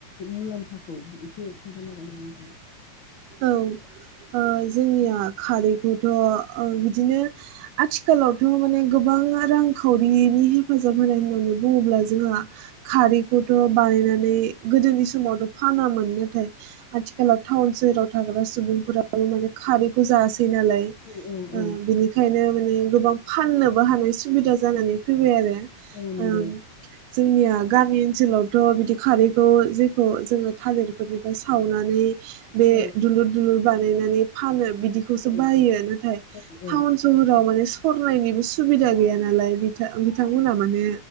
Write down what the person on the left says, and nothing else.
मुलाम्फाखौ एसे खोन्थानो हागोन नामा नोंथाङा?
औ औ औ
औ नंगौ
औ
औ
औ औ